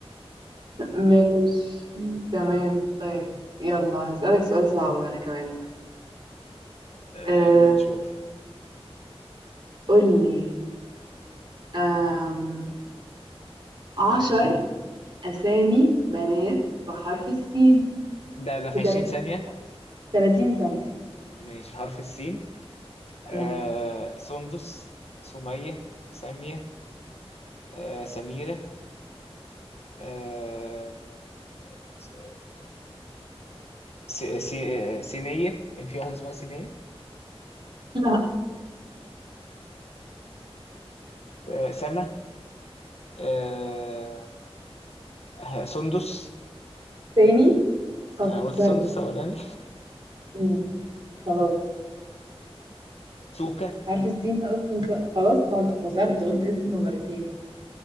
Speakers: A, on the right (about 50°); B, on the left (about 80°).
A: ماشي تمام طيب يلا هسألك سؤال صعب أنا كمان بقى
B: <laughs> آه،
A: أه
B: اما نشوف
A: قولي أم، عشر أسامي بنات بحرف السين
B: ده ده في
A: في تلات-
B: 20 ثانية
A: 30 ثانية يعني.
B: ماشي حرف السين آه
A: مم.
B: سندس سمية سامية آه سميرة آه س- س- آه، سينية كان في واحدة اسمها سينية
A: لا
B: آه سما آه ه- سندس
A: تاني خسرت
B: انا قلت سندس اولاني
A: مم. خلاص
B: سوكا
A: حرف السين ده أصلا ص- خلاص خل- خسرت قلت اسمه مرتين